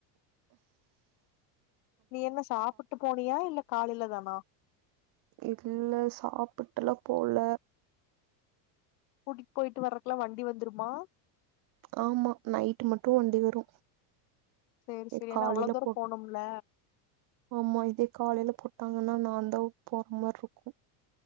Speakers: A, on the left; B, on the right.
A: நீ என்ன சாப்புட்டு போனியா இல்ல காலைல தானா
B: இல்ல சாப்புட்டெல்லா போல
A: கூட்டிட் போய்ட்டு வர்றக்கெல்லா வண்டி வந்துருமா
B: ஆமா நைட்டு மட்டு வண்டி வரு
A: சேரி
B: இதே
A: சேரி
B: காலைல
A: ஏன்னா அவ்ளோ தூரோ
B: போ
A: போனும்ல
B: ஆமா இதே காலைல போட் ட்டாங்கன்னா நான்தா போற மார்ருக்கு